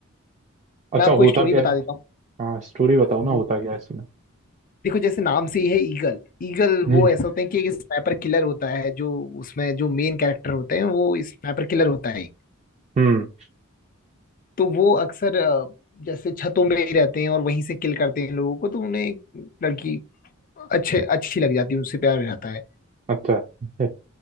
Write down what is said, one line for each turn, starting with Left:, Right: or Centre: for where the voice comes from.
Right: अच्छा
Left: मैं आपको
Right: होता
Left: स्टोरी
Right: क्या
Left: बता
Right: है
Left: देता हूँ
Right: हाँ स्टोरी बताओ ना
Left: वो
Right: होता क्या है इसमें
Left: देखो जैसे नाम से ही है ईगल ईगल
Right: हम्म
Left: वो ऐसा होते हैं कि एक स्नाइपर किलर होता है जो उसमें जो मेन कैरेक्टर होते हैं वो स्नाइपर किलर होता है
Right: हम्म
Left: तो वो अक्सर अ, जैसे छतों में ही रहते हैं और वहीं से किल करते हैं लोगों को तो उन्हें एक लड़की अच्छे अच्छी लग जाती है उनसे प्यार हो जाता है
Right: अच्छा <laughs>